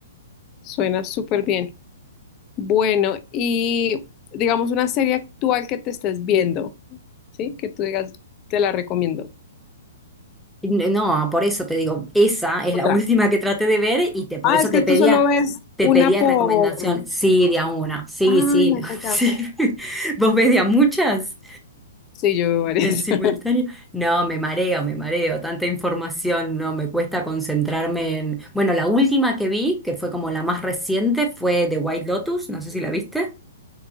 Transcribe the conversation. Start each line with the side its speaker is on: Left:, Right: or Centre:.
Left: Suena súper bien. Bueno, y digamos una serie actual que te estés viendo, ¿sí? Que tú digas, te la recomiendo.
Centre: N- No, por eso te digo, esa es
Left: Otra.
Centre: la <laughs> última que traté de ver y te, por
Left: Ah,
Centre: eso
Left: es
Centre: te
Left: que
Centre: pedía,
Left: tú solo ves
Centre: te
Left: una
Centre: pedía
Left: por...
Centre: recomendación. Sí, de a una. Sí,
Left: Ay,
Centre: sí,
Left: ya,
Centre: no,
Left: ya,
Centre: <laughs> sí.
Left: ya.
Centre: ¿Vos ves de a muchas
Left: Sí, yo veo varias.
Centre: en simultáneo?
Left: <laughs>
Centre: No, me mareo, me mareo. Tanta información, no, me cuesta concentrarme en... Bueno, la última que vi, que fue como la más reciente, fue The White Lotus. No sé si la viste.